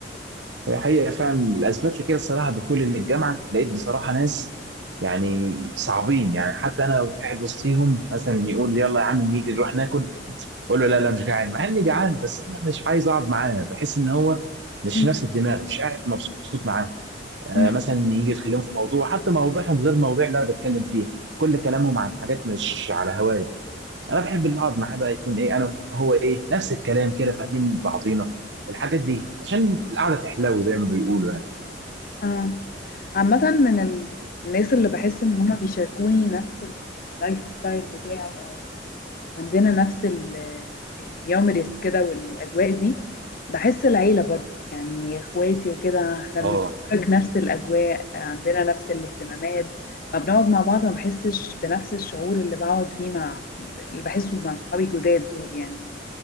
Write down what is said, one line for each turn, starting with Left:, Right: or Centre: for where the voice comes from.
Right: هي حقيقه فعلا الاسباب لكده الصراحه دخولي للجامعه لقيت بصراحه ناس يعني صعبين يعني حتى انا قاعد وسطيهم مثلا يقول يلا يا عم نيجي نروح ناكل اقول له لا لا مش جعان مع اني جعان بس انا مش عايز اقعد معاه بحس ان هو مش
Left: مم.
Right: نفس الدماغ مش قاعد مبسوط معاهم آه
Left: مم.
Right: مثلا يجي يتكلموا في موضوع حتى مواضيعهم غير مواضيع اللي انا بتكلم فيها كل كلامهم عن حاجات مش على هوايه انا بحب اللي اقعد معاه بقى يكون ايه انا وهو ايه نفس الكلام كده فاهمين بعضينا الحاجات دي عشان القعده تحلو زي ما بيقولوا يعني
Left: اه عامة من ال- الناس اللي بحس ان هما بيشاركوني نفس اللايف ستايل بتاعي او عندنا نفس ال- الهيومريس كده والأجواء دي بحس العيلة برضو يعني اخواتي وكده احنا
Right: اه
Left: بنتشارك نفس الأجواء عندنا نفس الاهتمامات ما بنقعد مع بعض ما بحسش بنفس الشعور اللي بقعد فيه مع اللي بحسه مع صحابي الجداد دول يعني